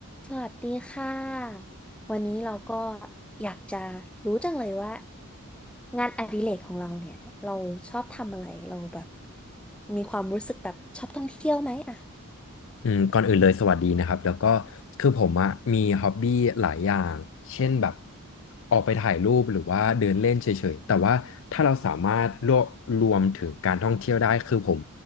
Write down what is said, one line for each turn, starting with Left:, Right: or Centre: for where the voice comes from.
Centre: สวัสดีค่ะวันนี้เราก็อยากจะรู้จังเลยว่างานอดิเรกของเราเนี่ยเราชอบทำอะไรเราแบบมีความรู้สึกแบบชอบท่องเที่ยวไหมอ่ะ
Left: อืมก่อนอื่นเลยสวัสดีนะครับแล้วก็คือผมอะมีฮ็อบบี้หลายอย่างเช่นแบบออกไปถ่ายรูปหรือว่าเดินเล่นเฉยๆแต่ว่าถ้าเราสามารถรวบรวมถึงการท่องเที่ยวได้คือผม